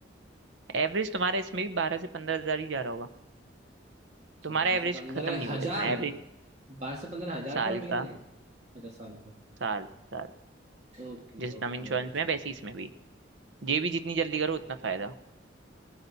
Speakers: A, on the right; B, on the right.
A: एवरेज तुम्हारा इसमें भी बारह से पंद्रह हजार ही जा रहा होगा
B: अच्छा
A: तुम्हारा
B: बारह
A: एवरेज
B: से पंद्रह
A: खत्म नहीं हुआ
B: हजार
A: इसमें एवरेज
B: बारह से पंद्रह हजार
A: साल
B: पर महीने
A: का
B: पचास साल पे
A: साल साल
B: Okay
A: जैसे
B: okay
A: टर्म इंश्योरेंस
B: okay
A: में है, वैसे ही इसमें भी ये भी जितनी जल्दी करो उतना फायदा